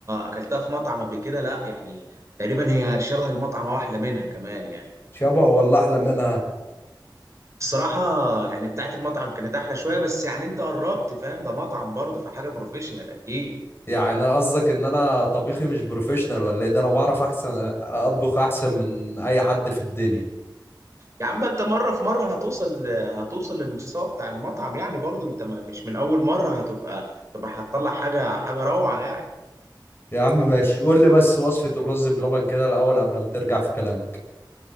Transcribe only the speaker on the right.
اكلتها في مطعم قبل كده لا يعني تقريبا هي شبه المطعم او احلى منها كمان يعني
الصراحة يعني بتاعت المطعم كانت احلى شوية بس يعني انت قربت فاهم ده مطعم برضه فحاجة بروفيشنال اكيد
يا عم انت مرة في مرة هتوصل هتوصل للمستوى بتاع المطعم يعني برضه انت ما- مش من اول مرة هتبقى تبقى هتطلع حاجة حاجة روعة يعني